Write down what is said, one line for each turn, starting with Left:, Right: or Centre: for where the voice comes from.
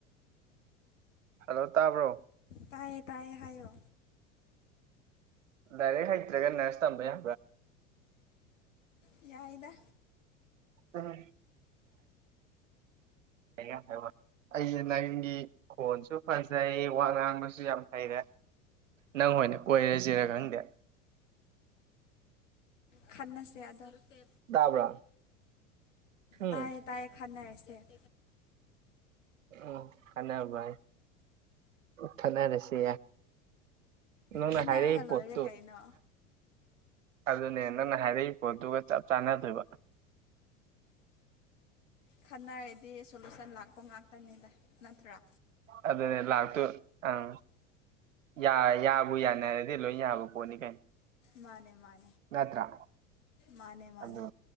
Right: ꯍꯜꯂꯣ ꯇꯥꯕ꯭ꯔꯣ
Left: ꯇꯥꯏꯌꯦ ꯇꯥꯏꯌꯦ ꯍꯥꯏꯌꯣ
Right: ꯂꯥꯏꯔꯤꯛ ꯍꯩꯇ꯭ꯔꯦꯒ ꯅ꯭ꯔꯁ ꯇꯝꯕ ꯌꯥ
Left: <unintelligible> ꯌꯥꯏꯗ
Right: ꯎꯝ ꯍꯥꯏꯕ ꯑꯩꯁꯦ ꯅꯪꯒꯤ ꯈꯣꯟꯁꯨ ꯐꯖꯩ ꯋꯥ ꯉꯥꯡꯕꯁꯨ ꯌꯥꯝ ꯐꯩꯔꯦ ꯅꯪ ꯍꯣꯏꯅ ꯀꯣꯏꯔꯁꯤꯔ ꯈꯪꯗꯦ
Left: ꯈꯟꯅꯁꯦ ꯑꯗꯣ ꯇ
Right: ꯇꯥꯕ꯭ꯔꯥ ꯎꯝ
Left: ꯇꯥꯏꯌꯦ ꯇꯥꯏꯌꯦ ꯈꯟꯅꯔꯁꯦ <inaudible>
Right: ꯑꯣ ꯀꯅꯥꯚꯥꯏ ꯊꯅꯔꯁꯤ ꯅꯪꯅ
Left: ꯈꯟꯅꯔꯒ
Right: ꯍꯥꯏꯔꯛꯏ ꯄꯣꯠ
Left: ꯂꯣꯏꯔꯦ
Right: ꯇ‌ꯣ
Left: ꯀꯩꯅꯣ
Right: ꯑꯗꯨꯅꯦ ꯅꯪꯅ ꯍꯥꯏꯔꯛꯏ ꯄꯣꯠꯇꯨꯒ ꯆꯞ ꯆꯥꯟꯅꯗꯣꯏꯕ
Left: ꯈꯟꯅꯔꯗꯤ ꯁꯣꯂꯨꯁꯟ ꯂꯥꯛꯄ ꯉꯥꯛꯇꯅꯤꯗ ꯅꯠꯇ꯭ꯔꯥ
Right: ꯑꯗꯨꯅꯦ ꯂꯥꯛꯇꯨ ꯑꯪ ꯌꯥ ꯌꯥꯕꯨ ꯌꯥꯅꯔꯗꯤ ꯂꯣꯏ ꯌꯥꯕ ꯄꯣꯠꯅꯤ ꯀꯩꯅ
Left: ꯃꯥꯅꯦ ꯃꯥꯅꯦ
Right: ꯅꯠꯇꯔ
Left: ꯃꯥꯅꯦ ꯃꯥꯅꯦ
Right: ꯑꯗꯨ